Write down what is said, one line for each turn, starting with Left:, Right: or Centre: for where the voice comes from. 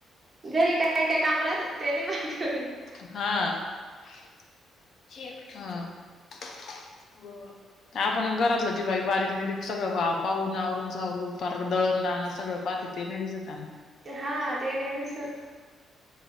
Right: घरी काय काय काम राहतं ते नाही <unintelligible>
Left: हां हां. आपण घरातलं जी बाई बारीक नीरीक सगळं पाहून आवरून सावरून फार दळणदाण सगळं पाहती ते नाही दिसत त्यांना.
Right: हा ते नाही दिसत.